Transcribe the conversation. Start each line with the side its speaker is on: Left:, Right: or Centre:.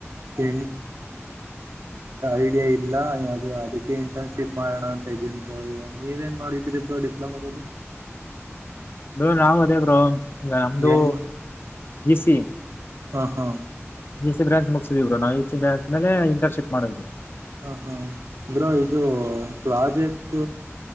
Right: ತಿ ಐಡಿಯಾ ಇಲ್ಲಾ <unintelligible> ಅದಕ್ಕೆ ಇಂಟರ್ನ್ಶಿಪ್ ಮಾಡಣ ಅಂತ ಇದೀನ್ ಬ್ರೋ ನೀವ ಏನ್ ಮಾಡಿದ್ರಿ ಬ್ರೋ ಡಿಪ್ಲೋಮಾದಲ್ಲಿ
Left: ಬ್ರೋ ನಾವು ಅದೇ ಬ್ರೋ ನಮ್ದು
Right: ಏನ್
Left: ಈಸಿ
Right: ಹಾ ಹಾ
Left: ಇ ಸಿ ಬ್ರಾಚ್ ಮುಗಿಸ್ವ್ರು ನಾವು ಈ ಸಿ ಬ್ರ್ಯಾಂ ಮೇಲೆ ಇಟರ್ನ್ಶಿಪ್ ಮಾಡಿದ್ವಿ
Right: ಹಾ ಹಾ ಬ್ರೋ ಇದು ಪ್ರಾಜೆಕ್ಟ್